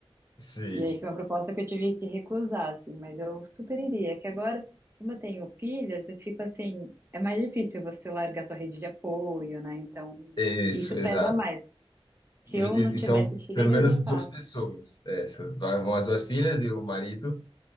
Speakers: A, on the left; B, on the right.
A: sim.
B: E aí foi uma proposta que eu tive que recusar, assim, mas eu super iria. É Que agora, como eu tenho filhas, eu fico assim, é mais difícil você largar sua rede de apoio, né? Então,
A: Isso,
B: isso
A: exato.
B: pesa mais. Se
A: E,
B: eu
A: e-
B: não tivesse
A: e são
B: filhas,
A: pelo
B: eu
A: menos
B: iria fácil.
A: duas pessoas. É, são- vai- vão as duas filhas e o marido.